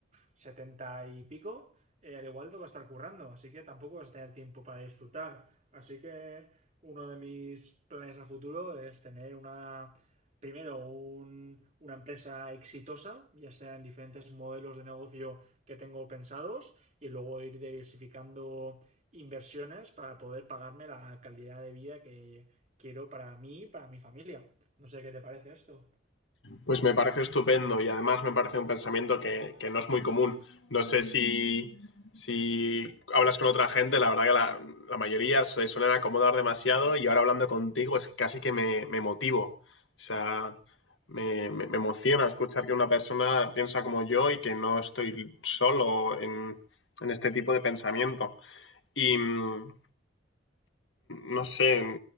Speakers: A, on the right (about 40°); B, on the left (about 85°).
A: 70 y pico, eh, al igual tengo que estar currando, así que tampoco vas a tener tiempo para disfrutar. Así que uno de mis planes a futuro es tener una, primero, un- una empresa exitosa, ya sea en diferentes modelos de negocio que tengo pensados, y luego ir diversificando inversiones para poder pagarme la calidad de vida que quiero para mí y para mi familia. No sé qué te parece esto.
B: Pues me parece estupendo y además me parece un pensamiento que, que no es muy común. No sé si, si hablas con otra gente, la verdad que la, la mayoría se suelen acomodar demasiado y ahora hablando contigo es casi que me, me motivo. O sea, me, me- me emociona escuchar que una persona piensa como yo y que no estoy solo en, en este tipo de pensamiento. Y mm, no sé,